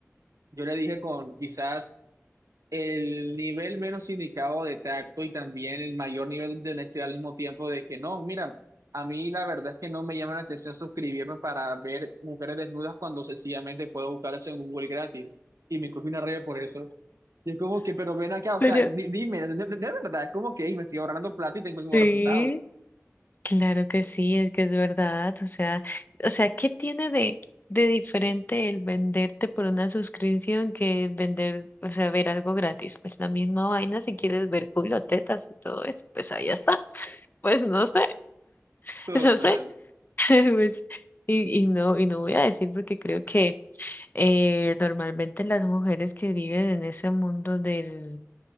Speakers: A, on the right; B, on the left.
A: yo le dije con quizás el nivel menos indicado de tacto y también el mayor nivel de honestidad al mismo tiempo de que no, mira, a mí la verdad es que no me llama la atención suscribirme para ver mujeres desnudas cuando sencillamente puedo buscar eso en Google gratis y me coge una raya por eso. Y es como que, pero ven acá, o
B: Pero
A: sea, di- dime, de, de- de verdad, es como que "Ey, me estoy ahorrando plata y tengo el mismo
B: sí.
A: resultado.
B: Claro que sí, es que es verdad. O sea, o sea, ¿qué tiene de, de diferente el venderte por una suscripción que vender, o sea, ver algo gratis? Pues la misma vaina si quieres ver culo, tetas y todo eso, pues ahí está. Pues no sé,
A: Total.
B: <laughs> no sé. <laughs> Pues, y, y no, y no voy a decir porque creo que eh, normalmente las mujeres que viven en ese mundo del